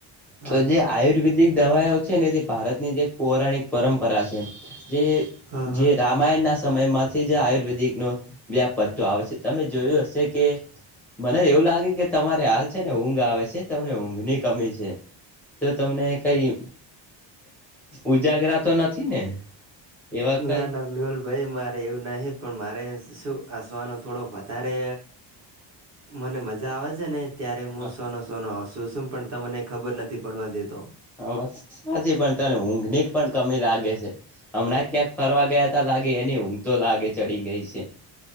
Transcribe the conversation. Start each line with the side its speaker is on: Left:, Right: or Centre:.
Right: હા
Centre: તો જે આયુર્વેદિક દવાઓ છે ને તે ભારતની જે પૌરાણિક પરંપરા છે. જે
Right: હા
Centre: જે
Right: હા
Centre: રામાયણના સમયમાંથી જ આયુર્વેદિક નો વ્યાપ તો આવશે તમે જોયું હશે કે મને એવું લાગે કે તમારે હાલ છે ને ઊંઘ આવે છે તમને ઊંઘની કમી છે. તો તમને કઈ ઉજાગરા તો નથી ને? એવા કઈ
Right: ના ના મેહુલ ભાઈ મારે એવું નહી પણ મારે શું આસવાનો થોડોક વધારે મને મજા આવે છે, ને ત્યારે મુ
Centre: હ
Right: સોનો સોનો હસું શું પણ તમને ખબર નથી પડવા દેતો
Centre: હા બસ સાચી પણ તને ઊંઘની પણ કમી લાગે છે. હમણાં ક્યાંક ફરવા ગયા તા લાગે એની ઊંઘ તો લાગે ચડી ગઈ છે.